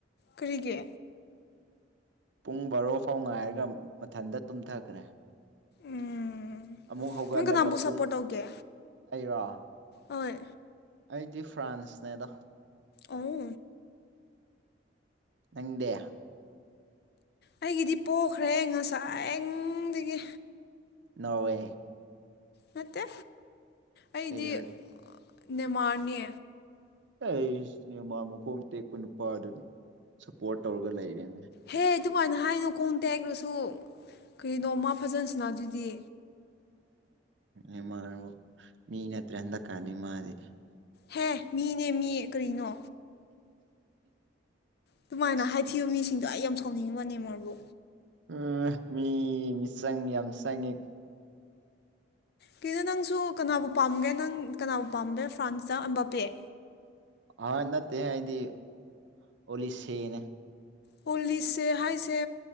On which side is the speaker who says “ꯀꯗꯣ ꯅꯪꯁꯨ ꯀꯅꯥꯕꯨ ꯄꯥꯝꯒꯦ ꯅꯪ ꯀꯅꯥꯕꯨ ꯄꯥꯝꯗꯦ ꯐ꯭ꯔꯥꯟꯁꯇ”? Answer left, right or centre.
Left